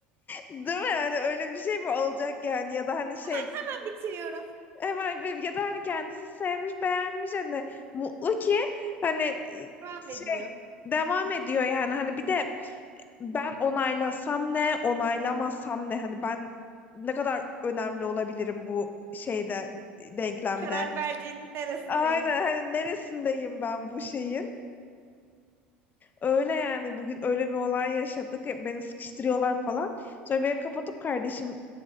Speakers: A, on the left; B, on the right.
A: değil mi? yani öyle bir şey mi olacak yani ya da hani şey
B: Hemen bitiriyorum.
A: evet bir- ya da hani kendisi sevmiş beğenmiş hani mutlu ki hani e,
B: Devam
A: şey
B: ediyor.
A: devam ediyor yani hani bir de ben onaylasam ne, onaylamasam ne? Hani ben ne kadar önemli olabilirim bu şeyde, denklemde.
B: Bu karar verdiğinin neresindeyim?
A: Aynen hani neresindeyim ben bu şeyin? Öyle yani bugün öyle bir olay yaşadık. Beni sıkıştırıyorlar falan. Sonra beni kapatıp kardeşim